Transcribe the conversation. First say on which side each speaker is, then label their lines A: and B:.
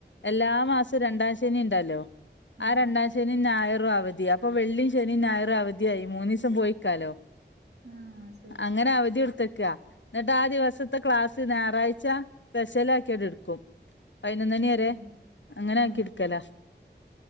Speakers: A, on the left; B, on the right.
A: എല്ലാ മാസം രണ്ടാം ശനി ഉണ്ടല്ലോ ആ
B: ആഹ്
A: രണ്ടാം ശനി ഞായറും അവധി അപ്പൊ വെള്ളി ശനി ഞായർ അവധിയായി മൂന്ന് ദിവസം പോയിക്കാലോ,
B: ആഹ് ശരി
A: അങ്ങനെ അവധി കൊടുത്തിക്ക എന്നിട്ട് ആ ദിവസത്തെ ക്ലാസ് ഞായറാഴ്ച സ്പെഷ്യൽ ആക്കി അങ്ങട് എടുക്കും പൈനൊന്ന് മണി
B: ഉം
A: വരെ, അങ്ങനെ
B: ആഹ്
A: ആക്കി എടുക്കല.